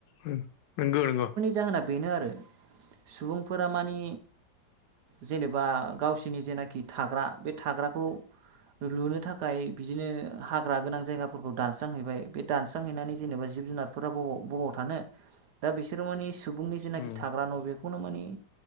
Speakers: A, on the left; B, on the right.
A: उ नंगौ नंगौ
B: जाहोना बेनो आरो सुबुंफोरा मानि जेनेबा गावसिनि जेनाखि थाग्रा बे थाग्राखौ लुनो थाखाय बिदिनो हाग्रा गोनां जायगाफोरखौ दानस्रांहैबाय बे दानस्रांहैनानै जेनेबा जिब जुनार बबाव बबाव दा बिसोर माने सुबुंनि जेनाखि
A: उम
B: थाग्रा न' बेखौनो मानि